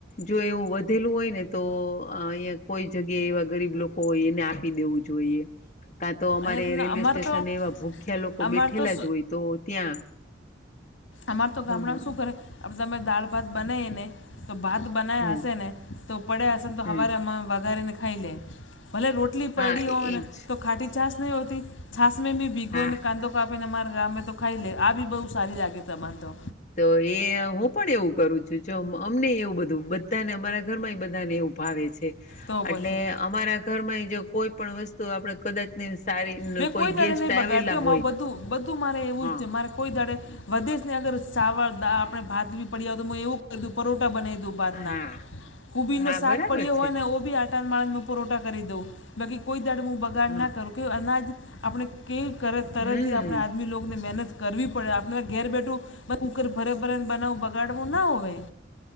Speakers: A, on the left; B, on the left.
A: જો એવું વધેલું હોય ને. તો અહીંયા કોઈ જગ્યા એવા ગરીબ લોકો હોય એને આપી દેવું જોઈએ. કાં તો અમારે
B: અહીંયા ના-
A: રેલવે
B: અમારે
A: સ્ટેશન
B: તો
A: એવા ભૂખ્યા લોકો
B: અમારે
A: બેઠેલા
B: તો
A: જ હોય તો ત્યાં.
B: અમાર તો
A: હા
B: ગામડામાં શું કરે તમે દાળ ભાત બનાય ને તો ભાત બના્યા
A: હમ
B: હશે ને તો પડ્યા હશે તો
A: હમ
B: હવારે વગારેને ખાઈ લે ભલે રોટી લી પડી
A: હા
B: હોને
A: એજ
B: તો ખાટી છાસ નહી હોતી છાશ મે ભીગુંને
A: હા
B: કાંદો. આપીને મારા ગામમે તો ખાઈ લે આ બી બહુ સારી લાગે તમાન તો.
A: તો એ હું પણ એવું કરું છું જો અમને એવું બધું ત્યાં અમારા ઘરમાં એ બધાને એવુ ભાવે છે
B: તો
A: એટલે.
B: પછી
A: અમારા ઘરમાં એ જો કોઈ પણણ વસ્તુ આપણે કદાચ નિ સારી
B: મેં કોઈ દડે
A: ગેસ્ટ
B: નહીં બગાડતી
A: આવેલા હોય
B: મા બધું મારે એવું
A: હા
B: જ મારે કોઈ દાડે વધે ને અગર સાવર આપણે ભાતવી પડ્યાય તો એવું કું પરોટા બનાવી દઉ
A: હા
B: ના કુબીર
A: હા
B: નો શાક
A: બરાબર
B: પડ્યો
A: છે
B: હોય ને ઓ બી આ માળ ન પુરઠા કરી દઉં બાકી કોઈ દાડું બગાડ
A: હા
B: ના કરું કે અનાજ આપણે કઈ તરતથી
A: હમ
B: આપણા આદમીલોને મહેનત કરવી પડે આપણે ઘેર બેઠું કૂકર ભરે ભરેને બનાવું બગાડવું ના હોય